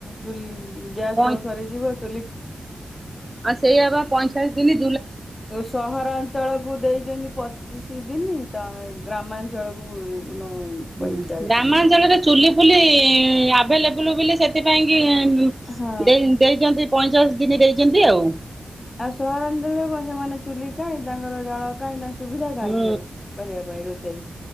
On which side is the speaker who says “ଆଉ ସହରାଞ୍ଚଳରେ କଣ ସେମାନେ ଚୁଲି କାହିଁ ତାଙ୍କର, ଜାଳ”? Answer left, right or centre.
Left